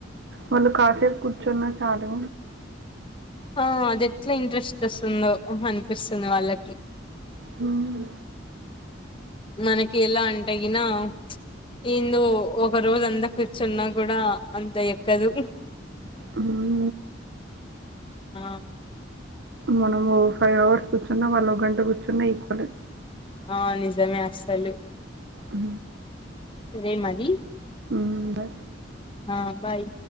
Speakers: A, on the right (about 60°); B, on the left (about 25°).
A: వాళ్ళు కాసేపు కూర్చున్న చాలు
B: ఆ అది ఎట్లా ఇంట్రెస్ట్ వస్తుందో అనిపిస్తుంది వాళ్ళకి
A: హ్మ్.
B: మనకి ఎలా అంటె గినా ఇందు ఒక రోజు అంతా కూర్చున్నా కూడా అంత ఎక్కదు
A: ఆవు
B: ఆ
A: మనము ఒ ఫైవ్ అవర్స్ కూర్చున్నా వాళ్ళ ఒక గంట కూర్చున్న ఈక్వల్
B: ఆ నిజమే అసాలు
A: ఉ
B: ఎ మాది
A: ముంబయి
B: హ బాయ్